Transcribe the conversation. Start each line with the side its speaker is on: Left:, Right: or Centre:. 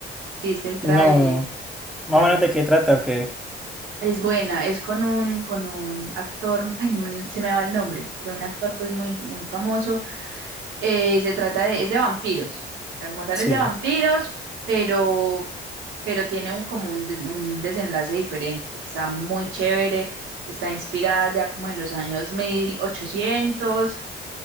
Right: si viste el tráiler,
Centre: No, más
Right: bueno,
Centre: o menos de qué trata o qué.
Right: es buena, es con un, con un actor, ay, no me- se me va el nombre, pero un actor pues muy, muy famoso Eh, se trata de, es de vampiros. O sea, como tal
Centre: Sí.
Right: es de vampiros, pero, pero tiene un, como un, de- un desenlace diferente. Está muy chévere, está inspirada ya como en los años 1800